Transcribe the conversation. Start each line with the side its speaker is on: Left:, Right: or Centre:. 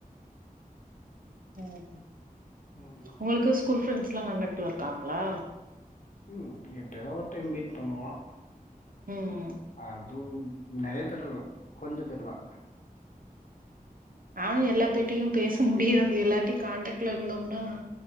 Right: ம்
Left: ம். அக்கா.
Right: உங்களுக்கு ஸ்கூல் ஃப்ரெண்ட்ஸ் லா காண்டக்ட்ல இருக்காங்களா
Left: ம் எப்பயா ஒரு டைம் மீட் பண்ணுவோம்
Right: ம்
Left: ஆஹ் ம் நறைய <unintelligible> கொஞ்சம் பேரு தா
Right: நானும் எல்லாதட்டையும் பேச முடியாது எல்லாத்தையும் கான்டாக்ட்ல இருந்தோம்னா